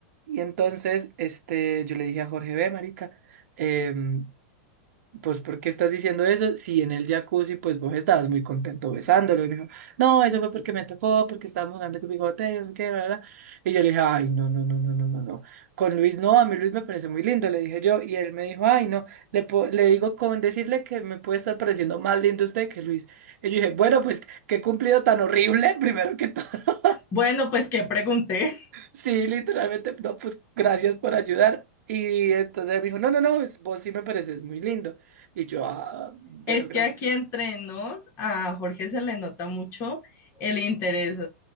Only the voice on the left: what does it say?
Bueno, pues que pregunté.
Es que
aquí entre nos a Jorge se le nota mucho el interés